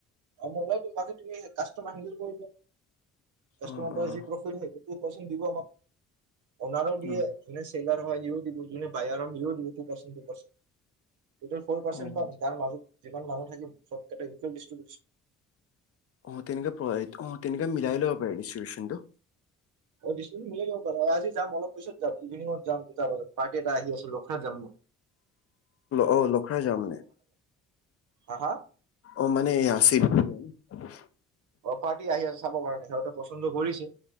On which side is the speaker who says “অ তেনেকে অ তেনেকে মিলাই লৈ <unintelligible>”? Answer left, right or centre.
Left